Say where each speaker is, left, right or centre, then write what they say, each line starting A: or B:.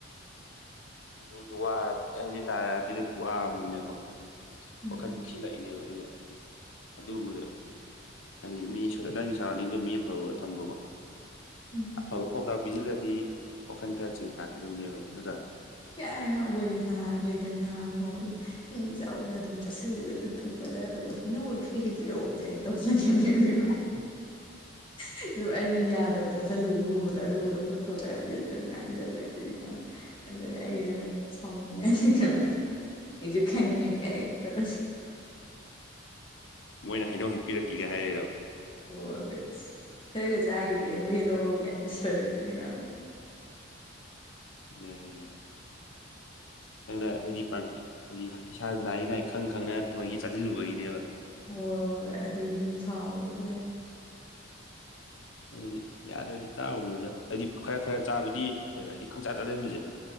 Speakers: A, on the left; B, on the left.
A: <unintelligible> ꯅꯥꯔꯛꯑꯗꯤ ꯋꯥꯕꯅꯤꯅꯀꯣ
B: ꯎꯝ
A: ꯋꯥꯈꯜ ꯄꯤꯛꯁꯤꯜꯂꯛꯏꯅꯦꯕ ꯑꯗꯨꯗꯣ ꯑꯗꯨꯒꯨꯝꯕꯗꯣ ꯍꯥꯏꯗꯤ ꯃꯤ ꯅꯪꯒꯤ ꯁꯔꯥꯎꯟꯗꯤꯡꯗꯣ ꯃꯤ ꯑꯐꯕ ꯊꯝꯕꯀꯣ
B: ꯎꯝ
A: ꯑꯐꯕ ꯄꯥꯎꯇꯥꯛ ꯄꯤꯁꯤꯜꯂꯗꯤ ꯋꯥꯈꯜ ꯈꯔ ꯆꯦꯟꯖ ꯂꯥꯛꯀꯗꯣꯏꯅꯦꯕ ꯅꯠꯇ꯭ꯔꯥ
B: ꯀꯥꯏꯗꯩꯅꯣ ꯑꯩꯈꯣꯏꯗꯤ ꯅꯥꯔꯗꯤ ꯍꯦꯛꯇ ꯉꯥꯡꯕ ꯍꯧꯔꯛꯏ ꯅꯪ ꯆꯥꯎꯋꯦ ꯑꯗꯨ ꯆꯥꯁꯤꯜꯂꯒ ꯑꯗꯨ ꯇꯧꯕ ꯑꯗꯥ ꯇꯧꯕ ꯍꯩꯅꯨꯒ ꯈꯔ ꯍꯦꯛꯄꯤꯔꯛꯑꯣ ꯀꯥꯏꯅ ꯇꯧ <unintelligible>
A: <unintelligible>
B: <inaudible> <unintelligible> ꯑꯗꯨ ꯑꯩꯅ ꯌꯥꯗꯕ ꯆꯥꯁꯤꯜꯂꯨꯕꯒꯨꯝꯕꯗꯣ ꯑꯗꯨꯒꯗ ꯄꯨꯊꯣꯔꯛꯑꯗꯤ ꯑꯗꯨꯒ ꯉꯥꯡꯁꯤꯜꯂꯛꯇꯣꯏꯅꯤ ꯈꯪ ꯑꯗꯨꯅ ꯑꯩꯁꯨ ꯁꯥꯎꯅꯤꯡꯉꯛꯑꯅꯤ ꯈꯪꯉꯕ꯭ꯔꯥ ꯑꯩꯁꯨ ꯈꯪꯉꯤ ꯀꯥꯏꯅ ꯇꯧꯔꯅꯤ
A: ꯃꯣꯏꯅ ꯍꯩꯅꯧ ꯍꯦꯛꯄꯤꯔꯛꯀꯦꯒ ꯍꯥꯏꯔꯛꯔꯕ
B: ꯍꯣꯏꯁ ꯈꯔꯒ ꯆꯥꯈꯤꯒꯦꯔꯣ ꯍꯦꯛꯂꯛꯎꯔꯣ ꯀꯥꯏ ꯇꯧꯔꯛꯇꯣꯏꯅꯦ ꯈꯪꯕ
A: <unintelligible> ꯅꯪꯅ ꯍꯥꯏꯗꯤ ꯍꯥꯏꯗꯤ ꯏꯁꯥ ꯅꯥꯏ ꯅꯥꯏ ꯈꯪ ꯈꯪꯅ ꯊꯑꯣꯏꯒꯤ ꯆꯥꯁꯤꯜꯂꯨꯕꯒꯤꯅꯦꯕ
B: ꯍꯣꯏ ꯑꯗꯨꯒꯤ ꯁꯨꯝ ꯁꯥꯎꯕꯗꯣ
A: ꯑꯗꯨꯗꯤ ꯌꯥꯗ꯭ꯔꯗꯤ ꯆꯥꯔꯨꯅꯤꯅ ꯍꯥꯏꯗꯤ ꯈꯔ ꯈꯔ ꯆꯥꯕꯗꯤ ꯐꯩꯕ ꯍꯥꯏꯗꯤ ꯈꯪꯆꯥ ꯆꯥꯁꯤꯟꯕꯁꯦ